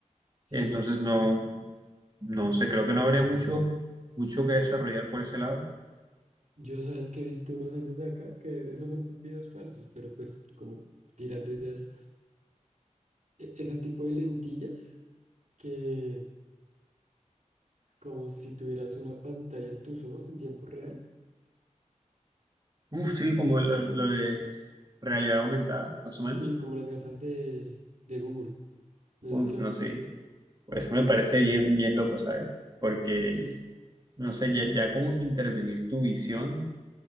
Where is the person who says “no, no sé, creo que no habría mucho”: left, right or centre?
Right